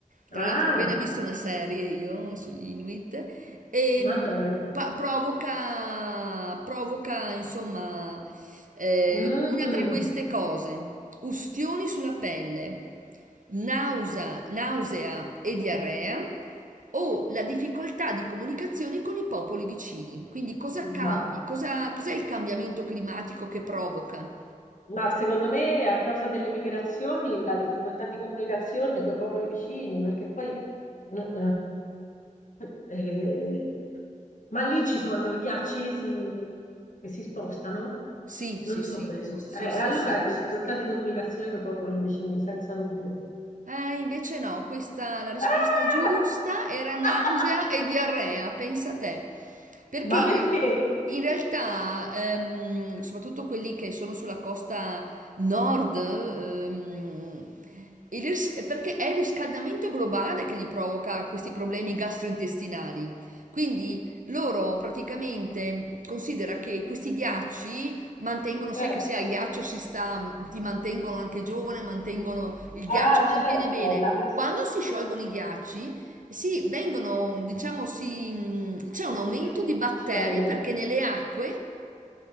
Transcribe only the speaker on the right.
tra
l'altro ho appena visto una serie io sugli Inuit, e,
mh,
pa- provoca, provoca, insomma, eh,
una tra queste cose: ustioni sulla pelle, nausea, nausea e diarrea, o la difficoltà di comunicazione con i popoli vicini. Quindi, cosa cambi?
Cosa, cos'è il cambiamento climatico che provoca?
Sì,
sì,
sì,
sì,
sì,
sì.
Eh, invece no, questa la risposta
giusta era nausea
e diarrea, pensa te. Perché
in realtà, ehm, soprattutto quelli che sono sulla costa nord, ehm, il ris- perché è il riscaldamento globale che gli provoca questi problemi gastrointestinali. Quindi loro praticamente considera che questi ghiacci Mantengono, sai
che se al ghiaccio si sta, ti mantengono anche giovane, mantengono, il ghiaccio
mantiene
bene.
Quando si sciolgono i ghiacci, sì, vengono, diciamo, si, mh, c'è un aumento
di batteri perché nelle acque,